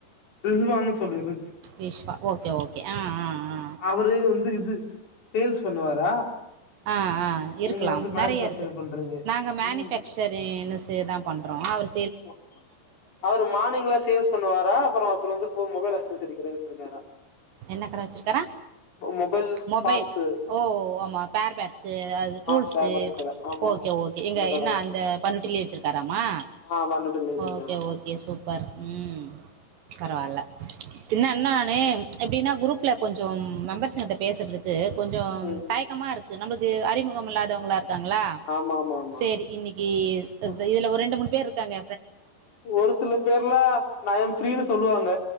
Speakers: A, on the left; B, on the right.
A: ரிஸ்வான்னு சொல்லிரு
B: விஷ்வா ஓகே ஓகே ஆ ஆ ஆ
A: அவரு வந்து இது சேல்ஸ் பண்ணுவாரா
B: ஆ ஆ இருக்கலாம்
A: நீங்க வந்து மேனுஃபேக்சர்
B: நெறைய இருக்கு
A: பண்றீங்க
B: நாங்க மேனுஃபேக்சரீன்னுசெ
A: ம்
B: தா பண்றோ அவரு
A: ஓ அவரு மானிங்லா சேல்ஸ் பண்ணுவாரா அப்புறொ ஒருத்தர் வந்து ஓ மொபைல் ஆக்ஸஸரி கட வச்சுருக்காரா
B: என்ன கட வச்சுருக்காரா
A: மொபைல்
B: மொபைல்
A: பார்ட்ஸு
B: ஓ ஆமா பேர் பேட்ஸு அது
A: ஆ
B: டூல்ஸு
A: ஸ்பேர் பார்ட்ஸ் கட ஆமா
B: ஓகே ஓகே இங்க
A: அந்த கட
B: என்ன
A: வச்சிருக்காரு
B: அந்த பண்ருட்டிலியே வச்சிருக்காராமா
A: ஆ பண்ருட்டில ஏத்திருக்காரு
B: ஓகே
A: ஆமா
B: ஓகே சூப்பர் ம் பரவால்ல சின்ன என்ன நானு எப்டின்னா குருப் ஸ்ல கொஞ்சம் மெம்பர்ஸு ங்கட்ட பேசர்துக்கு கொஞ்சம்
A: ம்
B: தயக்கமா இரு க்கு நம்பள்க்கு அறிமுகம் இல்லாதவங்களா இருக் காங்ளா
A: ஆமா ஆமா ஆமா
B: சேரி இன்னிக்கி இ
A: ஒ-
B: இதுல ஒரு ரெண்டு மூனு பேர்ருக்காங்க
A: ஒரு சில பேர்லா ஐயம் ஃப்ரீனு சொல்லுவாங்க